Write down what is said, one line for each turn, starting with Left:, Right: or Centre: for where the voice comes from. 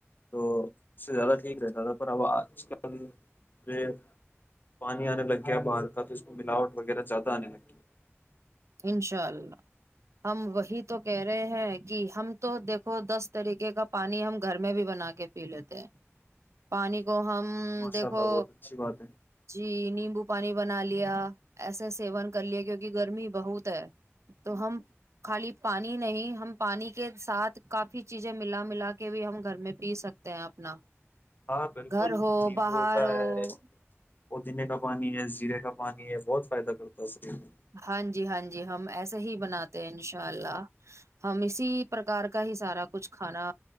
Left: تو اس سے زیادہ ٹھیک رہتا تھا پر اب آج کل یہ پانی آنے لگ گیا باہر کا تو اس کو ملاوٹ وغیرہ زیادہ آنے لگ گی
Right: انشاء اللہ ہم وہی تو کہہ رہے ہیں کہ ہم تو دیکھو دس طریقے کا پانی ہم گھر میں بھی بنا کے پی لیتے ہیں پانی کو ہم
Left: ماشاء
Right: ہ دیکھو
Left: اللہ بہت اچھی بات ہے
Right: جی نیمبو پانی بنا لیا ایسے سیون کر لیا کیونکہ گرمی بہت ہے تو ہم خالی پانی نہیں ہم پانی کے ساتھ کافی چیزیں ملا ملا کے بھی ہم گھر میں پی سکتے ہیں اپنا
Left: ہاں بالکل
Right: گھر ہو
Left: نیبو
Right: باہر
Left: کا
Right: ہو
Left: ہے پودینے کا پانی ہے زیرے کا پانی ہے بہت فائدہ کرتا ہے سریر کو
Right: ہاں جی ہاں جی ہم ایسے ہی بناتے ہیں ان شاء اللہ ہم اسی پرکار کا ہی سارا کچھ کھانا